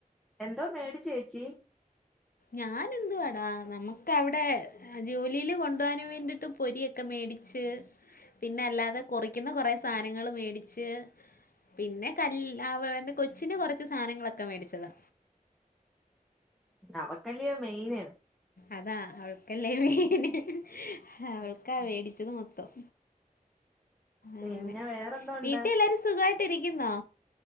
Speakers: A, in the centre; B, on the left.
A: എന്തോ മേടിച്ചേച്ചി?
B: ഞാനെന്തുവാടാ നമുക്കവിടെ ജോലിയില് കൊണ്ടുപോവാന് വേണ്ടിട്ട് പൊരിയൊക്കെ മേടിച്ച് പിന്നെ അല്ലാതെ കൊറിക്കുന്ന കൊറേ സാധനങ്ങള് മേടിച്ച് പിന്നെ കൽ അവെ എന്റെ കൊച്ചിന് കൊറച്ച് സാധനങ്ങളൊക്കെ മേടിച്ചതാ.
A: അവക്കല്ലിയോ മെയിന്.
B: അതാ അവൾക്കല്ലേ ഹ് ഹ് ഹ് മെയിന് അവൾക്കാ വേടിച്ചത് മൊത്തം.
A: പിന്നെ
B: അങ്ങനെ
A: വേറെന്തോ ഉണ്ട്
B: വീട്ടി എല്ലാരും സുഖായിട്ട് ഇരിക്കുന്നോ?